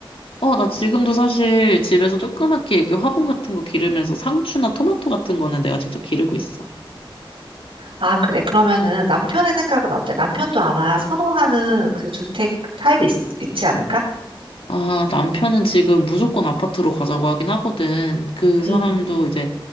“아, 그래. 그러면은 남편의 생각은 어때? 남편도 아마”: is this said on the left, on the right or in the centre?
Right